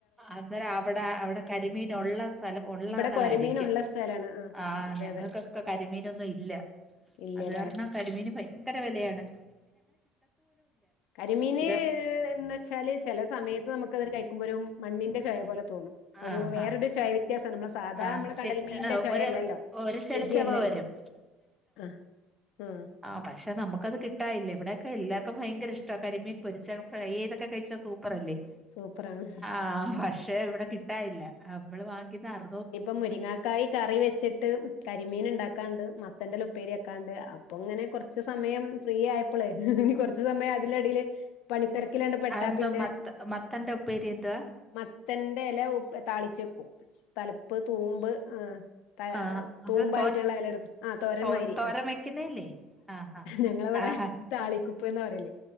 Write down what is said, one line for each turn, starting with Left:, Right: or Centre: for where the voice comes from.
Centre: അന്നേരം അവിടെ അവിടെ കരിമീൻ ഒള്ള സ്ഥലം ഒള്ളതായിരിക്കും
Left: ഇവിടെ കൊരമീനുള്ള സ്ഥലാണ്
Centre: ആഹ്
Left: അതെ
Centre: ഞങ്ങൾക്ക്
Left: അതെ
Centre: ക്കെ കരിമീനൊന്നും ഇല്ല
Left: ഇല്ല്യലേ
Centre: അത് കാരണം കരിമീന് ഭയങ്കര വെലയാണ്
Left: കരിമീന്
Centre: ഇത്
Left: എന്ന് വെച്ചാല് ചെല സമയത്ത് നമുക്കത് ഒര് കഴിക്കുമ്പോ ഒരു മണ്ണിന്റെ ചൊയ പോലെ തോന്നും ഒരു
Centre: ആഹ്
Left: വേറൊരു
Centre: ആഹ്
Left: ചൊയ വെത്യസണ്ട് ഇമ്മളെ സാധാ
Centre: ആഹ്
Left: നമ്മള്
Centre: ശ
Left: കടൽമീന്റെ ചൊയല്ലല്ലോ
Centre: ഒരു ഒരു ചെളിച്ചെവ
Left: രുചിയല്ല
Centre: വരും
Left: ആഹ് ഉം
Centre: ആ പക്ഷെ നമുക്കത് കിട്ടാൻ ഇല്ല ഇവിടൊക്കെ എല്ലാർക്കും ഭയങ്ക ഇഷ്ട കരിമീൻ പൊരിച്ച ഫ്രൈ ചെയ്തൊക്കെ കഴിച്ച സൂപ്പറല്ലേ
Left: സൂപ്പറാണ്
Centre: ആഹ് പക്ഷെ ഇവിടെ കിട്ടാൻ ഇല്ല നമ്മള് വാങ്ങിക്കുന്ന അർ
Left: ഇനിയിപ്പ മുരിങ്ങാക്കായി കറി വെച്ചിട്ട് കരിമീൻ ഉണ്ടാക്കാണ്ട് മത്തന്റെല ഉപ്പേരി വെക്കാണ്ട് അപ്പൊങ്ങനെ കൊറച്ച് സമയം ഫ്രീ ആയപ്പളെ ഇനി കൊറ സമയം അതിലടിയില് പണിത്തെരക്കിലണ്ട് പെട്ടാ
Centre: അതെന്താ
Left: പിന്നെ
Centre: മത്ത മത്തന്റെ ഉപ്പേരി എന്തുവാ
Left: മത്തന്റെ എല താളിച്ചെക്കും തലപ്പ് തൂമ്പ് ആഹ്
Centre: ആഹ് അത്
Left: തൂമ്പായിട്ടുള്ള
Centre: തോര
Left: എലെടുത്ത് ആ തോരൻ
Centre: തോ
Left: മാരി
Centre: തോരൻ വെക്കുന്നല്ലേ ആഹ് ആ
Left: ഞങ്ങളവിടെ
Centre: ആഹ്
Left: താളിക്കുപ്പ് എന്ന് പറയല്